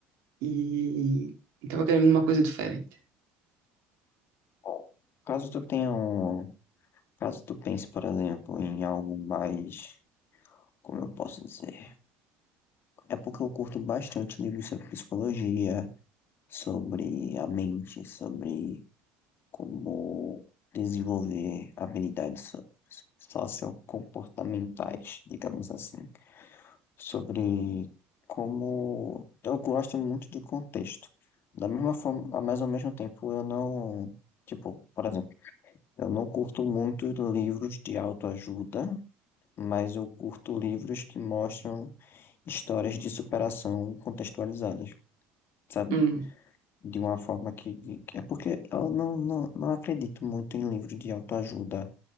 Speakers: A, on the right; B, on the left.
A: E, e tava querendo uma coisa diferente.
B: Bom, caso tu tenha um, caso tu pense, por exemplo, em algo mais, como eu posso dizer, é porque eu curto bastante livros sobre psicologia, sobre a mente, sobre como desenvolver habilidades so- sociocomportamentais, digamos assim. sobre como eu gosto muito de contexto. Da mesma forma, mas ao mesmo tempo eu não, tipo, por exemplo, eu não curto muito livros de autoajuda, mas eu curto livros que mostram histórias de superação contextualizadas, sabe?
A: Hum,
B: De uma forma que, que é porque eu não, não, não acredito muito em livros de autoajuda